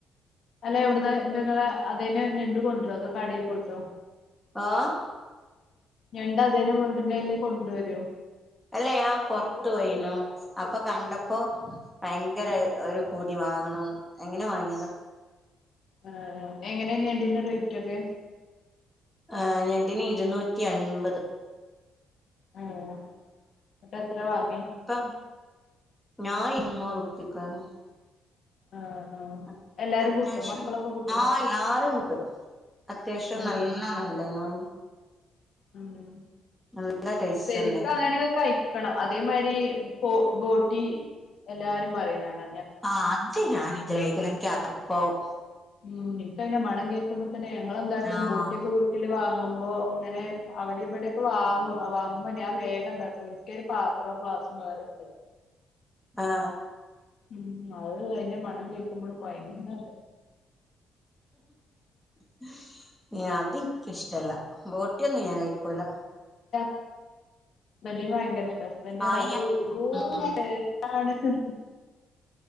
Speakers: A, on the left (about 50°); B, in the centre.
A: അല്ല എവിടുന്ന എന്ത ഇങ്ങള് അതേനെ ഞണ്ട് കൊണ്ടുവരോ അതെ കടയിൽ പോയിട്ടോ?
B: ആഹ്
A: ഞണ്ട് അതേനെ വീടിന്റെ ആയിലെ കൊണ്ടുവരോ?
B: അല്ല ഞാൻ പൊറത്ത് പോയിനു അപ്പൊ കണ്ടപ്പോ ഭയ ങ്കര ഒരു പൂതി വാങ്ങണംന്ന്. അങ്ങനെ വാങ്ങിയതാ
A: ആഹ് എങ്ങനെയാ ഞണ്ടിന്റെ റേറ്റ് ഒക്കെ?
B: ആഹ് ഞണ്ട്ന് ഇരുന്നൂറ്റി അൻപത്
A: ആഹ് എന്ന്ട്ട് എത്ര വാങ്ങി
B: ഇപ്പോ ഞാൻ ഇരുന്നൂറ്പ്പിക്ക ഒപ്പിക്കാനോ
A: ആഹ്
B: ആഹ്
A: എല്ലാരും
B: അത്യാവശ്യണ്ട്
A: കൂട്ടോ മക്കളൊക്കെ കൂട്ടോ
B: ആഹ് എല്ലാരും കൂട്ടും അത്യാവശ്യം
A: ഏഹ്
B: നല്ലാണ് ഉണ്ടന്നു
A: മം
B: നല്ല ടേസ്റ്റ്
A: പെരികൊ
B: ഇണ്ടായിന്നു
A: അങ്ങനെക്കയി ക്കണം അതേമാതിരി ബോട്ടി എല്ലാരും പറയുന്നാണ്.
B: ആഹ് അത് ഞാൻ ഇതരെ കഴിക്കില്ല എനിക്കർപ്പാവും.
A: ഉം ഇൻക്കയ്ന്റെ മണം കേക്കുമ്പോ തന്നെ ഞങ്ങളെന്താട്ടും
B: ആഹ്
A: ബോട്ടിയൊക്കെ കൂ ട്ടിൽ വാങ്ങുമ്പോ ഇങ്ങനെ അവിടെ ഇവിടെയൊക്കെ വാങ്ങും വാങ്ങുമ്പോ ഞാൻ വേഗന്താക്കും. ഇൻകൊരു പാത്രും ഗ്ലാസും വേറെ ഇട്ത്തെക്കും
B: ആഹ്
A: ഉം അത് അയിന്റെ മണം കേക്കുമ്പോൾ കൊയങ്ങല്ലെ
B: <inaudible> ഏഹ് അതിൻക്കിഷ്ടല്ല ബോട്ടിയൊന്നും ഞാൻ കഴിക്കൂല
A: ഹസ്ബന്റിന് ഭയങ്കര ഇഷ്ട ഹസ്ബനന്റ്റിയ
B: ആയ
A: അവൂ എന്തോരു
B: ഉം
A: ടേസ്റ്റ് ആണന്ന്